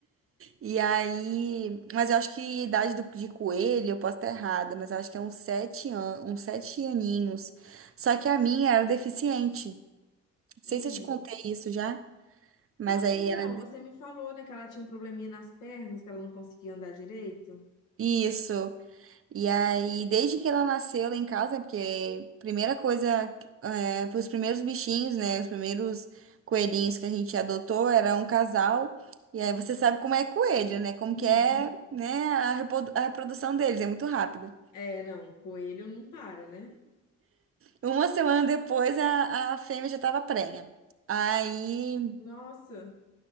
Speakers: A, on the right (about 45°); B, on the left (about 85°).
A: E aí. Mas eu acho que a idade do, de coelho, eu posso estar errada, mas eu acho que é uns sete anos uns sete aninhos. Só que a minha era deficiente. Não sei
B: Hum.
A: se eu te contei isso já. Mas
B: Não,
A: aí
B: então,
A: ela.
B: você me falou, né, que ela tinha um probleminha nas pernas, que ela não conseguia andar direito.
A: Isso. E aí, desde que ela nasceu lá em casa, porque primeira coisa, é, os primeiros bichinhos, né? Os primeiros coelhinhos que a gente adotou era um casal. E aí você sabe como é coelho, né? Como
B: Hum.
A: que é, né, a reprodu- a reprodução deles, é muito rápida.
B: É, não, o coelho não para, né?
A: Uma semana depois a, a fêmea já estava prenha. Aí,
B: Nossa,